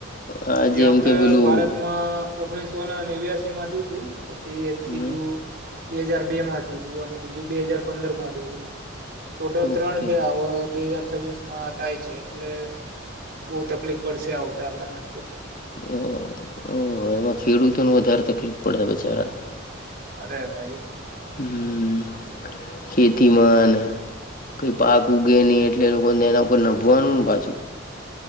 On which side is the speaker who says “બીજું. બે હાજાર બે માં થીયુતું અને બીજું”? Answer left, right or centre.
Right